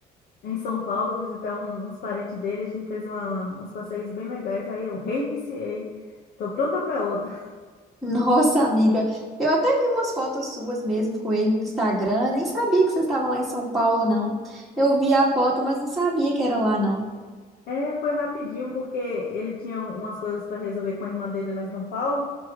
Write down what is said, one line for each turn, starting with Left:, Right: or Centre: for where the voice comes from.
Left: em São Paulo visitar um- uns parentes dele, a gente fez uma- uns passeios bem legais, aí eu reiniciei. Tô pronta para outra.
Centre: <laughs> Nossa, amiga, eu até vi umas fotos suas mesmo com ele no Instagram, nem sabia que você estava lá em São Paulo, não. Eu vi a foto, mas não sabia que era lá, não.
Left: É, foi rapidinho, porque ele tinha umas coisas para resolver com a irmã dele lá em São Paulo.